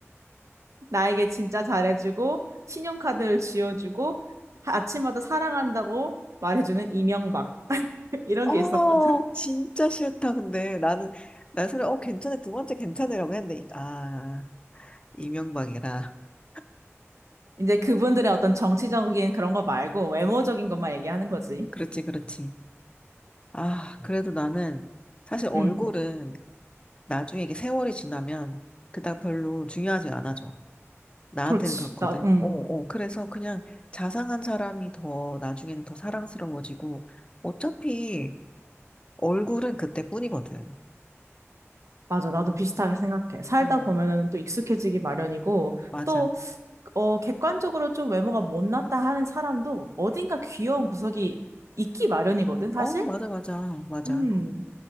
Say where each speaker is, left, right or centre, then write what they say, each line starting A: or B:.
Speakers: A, on the right (about 85°); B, on the left (about 20°).
A: 나에게 진짜 잘해주고 신용카드를 쥐어주고 아침마다 사랑한다고 말해주는 이명박. <laughs> 이런
B: 어,
A: 게 있었거든.
B: 진짜 싫다. 근데 나는, 난 소리, 어, 괜찮아. 두 번째 괜찮으라고 했는데, 이- 아, 이명박이라. <laughs>
A: 이제 그분들의 어떤 정치적인 그런 거 말고 외모적인 것만 얘기하는 거지.
B: 그렇지, 그렇지. 아, 그래도 나는 사실 얼굴은
A: 응,
B: 나중에 이게 세월이 지나면 그닥 별로 중요하지 않아져. 나한테는
A: 그렇지.
B: 그렇거든.
A: 나, 응.
B: 어, 어. 그래서 그냥 자상한 사람이 더 나중에는 더 사랑스러워지고 어차피 얼굴은 그때뿐이거든.
A: 맞아, 나도 비슷하게 생각해. 살다
B: 음,
A: 보면은 또 익숙해지기 마련이고,
B: 맞아.
A: 또, 어, 객관적으로 좀 외모가 못났다 하는 사람도 어딘가 귀여운 구석이 있기 마련이거든, 사실?
B: 어, 맞아, 맞아, 맞아.
A: 음,